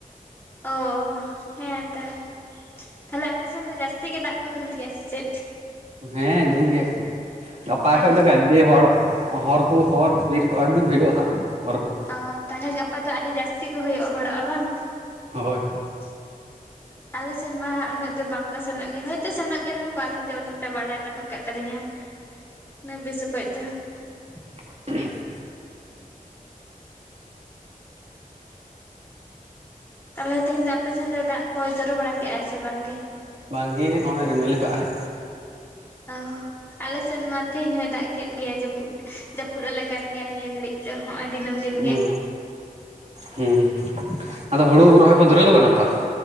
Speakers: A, on the left; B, on the right.
A: ᱚ ᱦᱮᱸ ᱛᱚ᱾ ᱛᱟᱞᱦᱮ ᱟᱯᱮ ᱥᱮᱱ ᱫᱚ ᱡᱟᱹᱥᱛᱤ ᱜᱮ ᱫᱟᱜ ᱠᱚ ᱫᱩᱞ ᱜᱮᱭᱟ ᱥᱮ ᱪᱮᱫ?
B: ᱦᱮᱸ ᱫᱩᱞ ᱜᱮᱭᱟ ᱠᱩ ᱜᱟᱯᱟ
A: ᱚ
B: ᱠᱷᱚᱡᱽ ᱫᱚ ᱜᱟᱫᱮ ᱦᱚᱲ᱾ ᱦᱚᱨ ᱠᱩ ᱦᱚᱨ ᱵᱤᱨ ᱠᱚ ᱟᱹᱰᱤ ᱵᱷᱤᱨᱚᱜ-ᱟ ᱦᱟᱸᱜ ᱦᱚᱨ ᱠᱩ᱾
A: ᱚ ᱛᱟᱞᱦᱮ ᱜᱟᱯᱟ ᱫᱚ ᱟᱹᱰᱤ ᱡᱟᱹᱥᱛᱤ ᱠᱚ ᱦᱳᱭᱳᱜ-ᱟ ᱦᱚᱲᱚᱜ-ᱟ ᱵᱟᱝ?
B: ᱦᱳᱭ
A: <inaudible> ᱟᱞᱮ ᱥᱮᱱ ᱢᱟ ᱩᱱᱟᱹᱜ ᱫᱚ ᱵᱟᱝᱠᱚ ᱥᱮᱱᱚᱜ ᱜᱮ ᱦᱳᱭᱛᱚ ᱥᱮᱱᱚᱜ ᱜᱮ ᱨᱮᱦᱚᱸ ᱠᱚ ᱟᱹᱞᱤᱧ ᱫᱚ ᱩᱱᱟᱹᱜᱴᱟ ᱵᱟᱲᱟᱭ ᱵᱟᱹᱱᱩᱜ ᱠᱟᱜ ᱛᱟᱞᱤᱧ-ᱟ᱾ ᱚᱱᱟ ᱵᱮᱥ ᱠᱚᱡ ᱛᱮᱦᱚᱸ᱾
B: <inaudible>
A: ᱛᱟᱦᱞᱮ ᱛᱮᱦᱮᱧ ᱫᱚ ᱟᱯᱮ ᱥᱮᱱ ᱫᱚᱭ ᱫᱟᱜ ᱠᱚ ᱡᱚᱨᱚ ᱵᱟᱲᱟ ᱠᱮᱜᱟᱭ ᱥᱮ ᱵᱟᱝ ᱜᱮ?
B: ᱵᱟᱝᱜᱮ ᱦᱚᱜᱚᱭ ᱨᱤᱢᱤᱞ ᱠᱟᱜᱟᱭ᱾
A: ᱚ ᱟᱞᱮ ᱥᱮᱱ ᱢᱟ ᱛᱮᱦᱮᱧ ᱦᱚᱭ ᱫᱟᱜ ᱠᱮᱜ ᱜᱮᱭᱟᱭ ᱡᱟᱹᱯᱩᱫ ᱡᱟᱹᱯᱩᱫ ᱟᱞᱮ ᱠᱟᱱ ᱜᱮᱭᱟ ᱱᱤᱭᱟᱹ ᱜᱷᱟᱹᱲᱤᱡ ᱫᱚ ᱦᱚᱸᱜᱚᱭ ᱫᱤᱱᱟᱹᱢ ᱫᱤᱱ
B: ᱦᱩᱸ
A: ᱜᱮ᱾
B: ᱦᱩᱸ ᱟᱫᱚ ᱦᱩᱲᱩ ᱨᱚᱦᱚᱭ ᱯᱮ ᱫᱷᱩᱨᱟᱹᱣ ᱠᱟᱱᱟ ᱛᱚ?